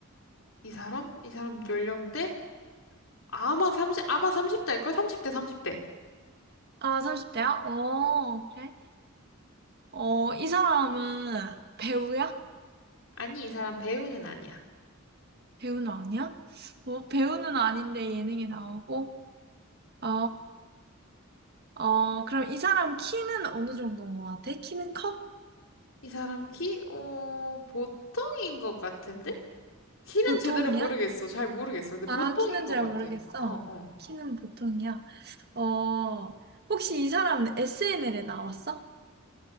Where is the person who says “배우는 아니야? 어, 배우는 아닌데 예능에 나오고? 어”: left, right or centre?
Right